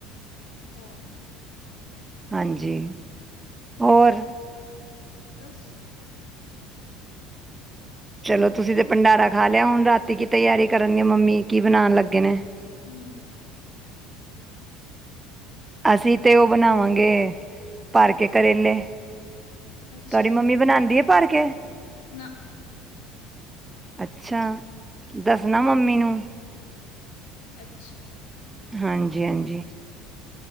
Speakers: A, on the left (about 70°); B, on the right (about 15°).
A: ਹਾਂ
B: ਹਾਂਜੀ ਹੋਰ
A: ਬਸ
B: ਚਲੋ ਤੁਸੀਂ ਤੇ ਭੰਡਾਰਾ ਖਾ ਲਿਆ ਹੁਣ ਰਾਤੀ ਕੀ ਤਿਆਰੀ ਕਰਨਗੇ ਮੰਮੀ ਕੀ ਬਣਾਣ ਲੱਗੇ ਨੇ।
A: ਹੂੰ
B: ਅਸੀਂ ਤੇ ਉਹ ਬਣਾਵਾਂਗੇ ਭਰ ਕੇ ਕਰੇਲੇ
A: ਅੱਛਾ
B: ਤੁਹਾਡੀ ਮੰਮੀ ਬਣਾਦੀ ਏ। ਭਰ ਕੇ
A: ਨਾ
B: ਅੱਛਾ ਦੱਸਣਾ ਮੰਮੀ ਨੂੰ
A: ਅੱਛਾ
B: ਹਾਂਜੀ -ਹਾਂਜੀ